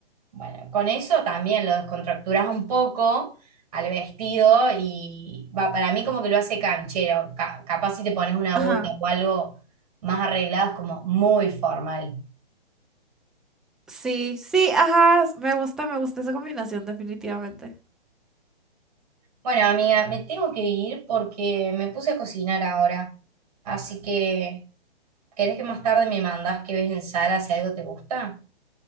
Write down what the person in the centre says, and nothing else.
Ajá.
Sí, sí, ajá. Me gusta, me gusta esa combinación, definitivamente.